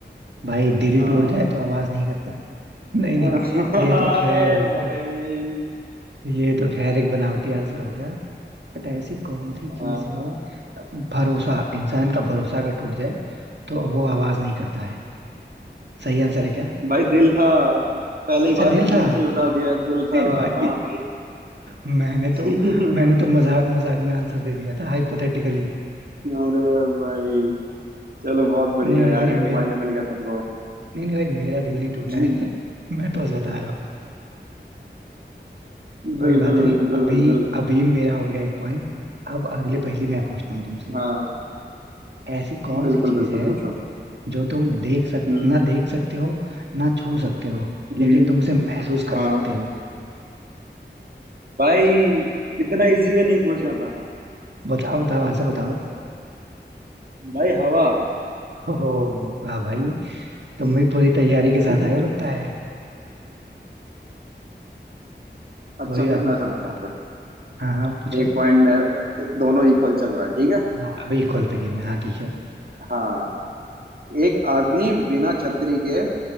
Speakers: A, on the right; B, on the right.
A: भाई दिल
B: हाँ
A: टूट जाए तो आवाज नहीं करता <laughs> नहीं
B: <laughs>
A: नहीं ये
B: अरे
A: तो खैर मतलब
B: भाई
A: ये तो खैर एक बनावटी आंसर हो गया बट ऐसी कौन सी चीज
B: हाँ
A: है भरोसा इंसान का भरोसा अगर टूट जाए तो वो आवाज नहीं करता है सही आंसर है क्या
B: भाई दिल था पहले
A: अच्छा
B: ही बार में
A: दिल
B: तुमने
A: था
B: सही बता दिया दिल
A: ए
B: था
A: भाई
B: हाँ
A: मैंने तो
B: भाई
A: मैंने तो मजाक
B: <laughs>
A: मजाक में आंसर दे दिया था हाइपोथेटिकली
B: अरे भाई चलो बहुत बढ़िया
A: नहीं नहीं
B: यार
A: भाई
B: एक
A: मेरा
B: पॉइंट मिल गया तुमको
A: नहीं नहीं भाई मेरा दिल नहीं टूटा
B: <laughs>
A: है <laughs> मैं तो बस बता रहा हूँ कोई
B: बिल्कुल
A: बात नहीं
B: बिल्कुल
A: अभी
B: बिल्कुल
A: अभी मेरा हो गया एक पॉइंट अब अगले पहेली मैं पूछता हूँ तुमसे
B: हाँ
A: ऐसी कौन
B: बिल्कुल
A: सी चीज
B: बिल्कुल
A: है
B: पूछो
A: जो तुम देख सक
B: हम्म
A: ना देख सकते हो ना छू सकते हो
B: हम्म
A: लेकिन तुम उसे महसूस
B: हाँ
A: कर सकते हो
B: भाई इतना इजी में नहीं पूछना था
A: बताओ बताओ आंसर बताओ
B: भाई हवा
A: <laughs> हो वाह भाई
B: <laughs>
A: तुम भी पूरी तैयारी के साथ
B: बिल
A: आए हो लगता है
B: अच्छा
A: कोई बात
B: फिर
A: नहीं
B: मैं सुनाता
A: कोई बात
B: हूँ
A: नहीं
B: फिर
A: हाँ हाँ पूछो
B: एक पॉइंट में दोनों इक्वल चल रहा है ठीक है
A: हाँ अभी कॉल पे गेम है हाँ ठीक है
B: हाँ एक आदमी बिना छतरी के